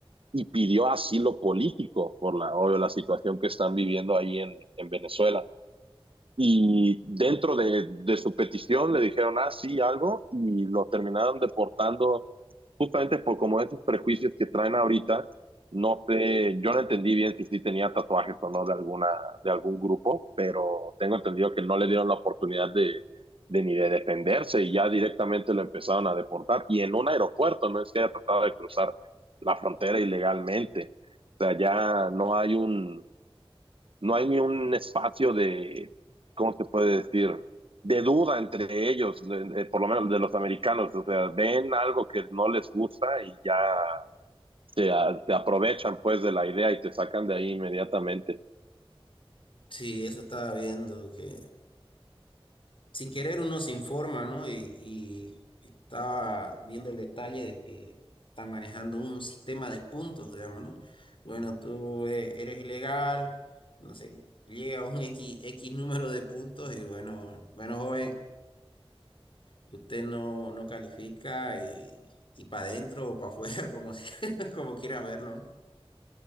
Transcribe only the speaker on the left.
Sí, eso estaba viendo, que sin querer uno se informa, ¿no? Y, y estaba viendo el detalle de que están manejando un sistema de puntos, digamos, ¿no? Bueno, tú eh, eres ilegal, no sé, llega a un X, X número de puntos y bueno, bueno, joven, usted no, no califica y, y para adentro o para afuera, <laughs> como, si- como quiera verlo, ¿no?